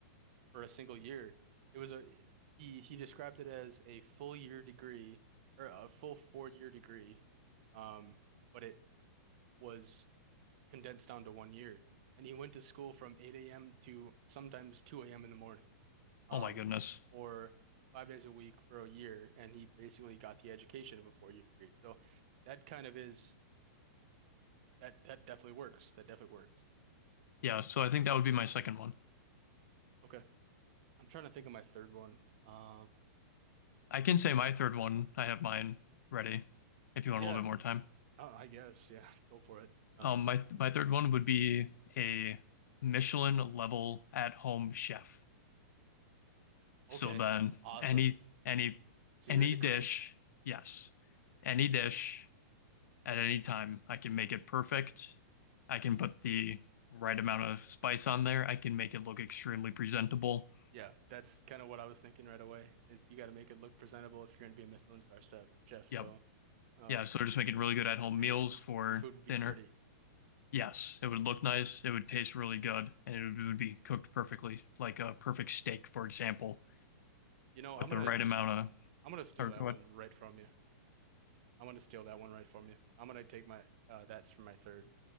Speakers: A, on the right; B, on the left.
A: for a single year. It was a he he described it as a full year degree or a full four year degree, um, but it was condensed down to one year. And he went to school from 8 a.m. to sometimes 2 a.m. in the morning, um,
B: Oh my goodness.
A: for five days a week for a year, and he basically got the education of a four year degree. So that kind of is that that definitely works. That definitely works.
B: Yeah, so I think that would be my second one.
A: Okay, I'm trying to think of my third one. Um,
B: I can say my third one. I have mine ready if you want
A: yeah,
B: a little bit more time.
A: uh, I guess yeah, <laughs> go for it. Uh,
B: Um, my my third one would be a Michelin level at-home chef. So
A: Okay.
B: then
A: Awesome.
B: any any
A: So
B: any
A: you're into
B: dish,
A: cooking.
B: yes. Any dish at any time, I can make it perfect. I can put the right amount of spice on there. I can make it look extremely presentable.
A: Yeah, that's kind of what I was thinking right away is you got to make it look presentable if you're going to be a Michelin star chef, chef. So,
B: Yep.
A: uh,
B: Yeah, so just making really good at-home
A: so
B: meals
A: your food,
B: for
A: your food would be
B: dinner.
A: pretty.
B: Yes, it would look nice, it would taste really good, and it would, it would be cooked perfectly, like a perfect steak, for example,
A: You know,
B: with
A: I'm gonna,
B: the right amount of,
A: I'm gonna steal
B: or
A: that one
B: what?
A: right from you. I'm gonna steal that one right from you. I'm gonna take my, uh, that's for my third